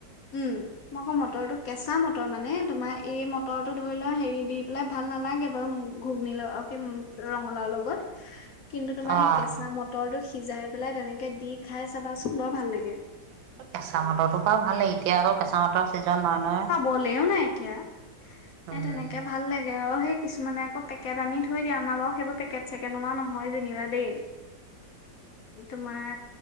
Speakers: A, on the left (about 70°); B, on the right (about 85°).
A: উম মই আকৌ মটৰটো কেঁচা মটৰ মানে তোমাৰ এই মটৰটো ধৰি লোৱা হেৰি দি পেলাই ভাল নালাগে বাৰু ঘুগনী কি ৰঙালাউৰ লগত কিন্তু তোমাৰ
B: অ',
A: এই কেঁচা মটৰ মটৰটো সিজাই পেলাই তেনেকে দি খাই চাবাচোন বৰ ভাল লাগে।
B: কেঁচা মটৰ তটো বাৰু ভাল লাগে এতিয়া আকৌ কেঁচা মটৰ জ ন ন <unintelligible>
A: পাবলেও নাই এতিয়া
B: উম,
A: এ তেনেকে ভাল লাগে। তেতিয়া আকৌ সেই কিছুমানে আকৌ পেকেট আনি থৈ দিয়ে আমাৰ বাৰু সেইবোৰ পেকেট চেকেট অনা নহয় যেনিবা দেই। তোমাৰ